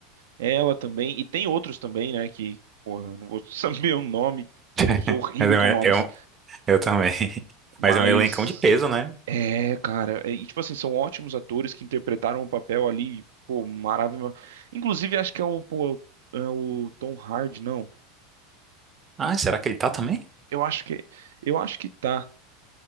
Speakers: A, on the right (about 85°); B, on the right (about 25°).
A: Ela também. E tem outros também, né? Que, porra, eu não vou <laughs> saber o nome.
B: <laughs>
A: Eu sou horrível
B: Mas é
A: com
B: um,
A: nomes.
B: é um- eu também. <laughs>
A: Mas
B: Mas é um elencão de peso, né?
A: é, cara, é- e tipo assim, são ótimos atores que interpretaram o papel ali, pô, maravilhoso. Inclusive, acho que é o, pô, é o Tom Hardy, não.
B: Ah, será que ele tá também?
A: Eu acho que eu acho que tá.